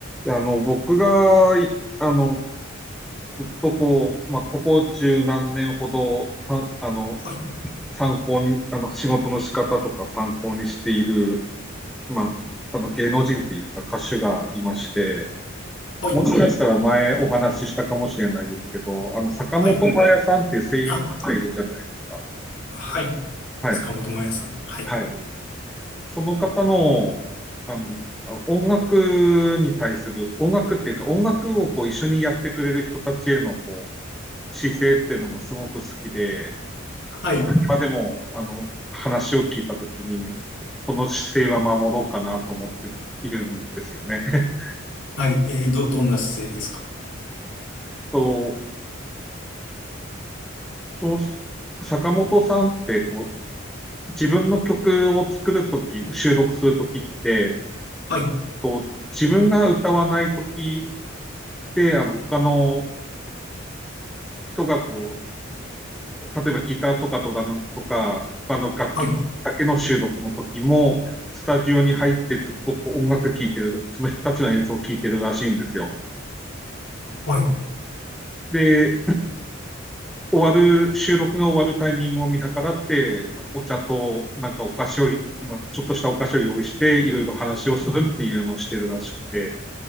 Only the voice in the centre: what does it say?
いや、あの、僕が、いあの、ずっとこう、まあ、ここ中何年ほど、さん、あの、
参考に、あの、仕事の仕方とか参考にしている、まあ、あの、芸能人っていうか歌手がいまして、
もしかしたら前お話ししたかもしれないですけど、あの、坂本真綾さんっていう声優の方いるじゃないですか。
はい。
はい。その方の、あの、音楽に対する、音楽っていうか、音楽をこう一緒にやってくれる人たちへのこう姿勢っていうのがすごく好きで、
今でも、あの、話を聞いたときに、この姿勢は守ろうかなと思っているんですよね。<laughs>
と、その、坂本さんって、こう、自分の曲を作るとき、収録するときって、
こう、自分が歌わないときで、あの、他の人がこう、例えばギターとかドラムとか、他の楽器だけの収録の時も、
スタジオに入ってずっとこう音楽聴いてる、その人たちの演奏を聴いてるらしいんですよ。
で、終わる、収録が終わるタイミングを見計らって、あのお茶となんかお菓子を、まあ、ちょっとしたお菓子を用意して、いろいろ話をするっていうのをしてるらしくて、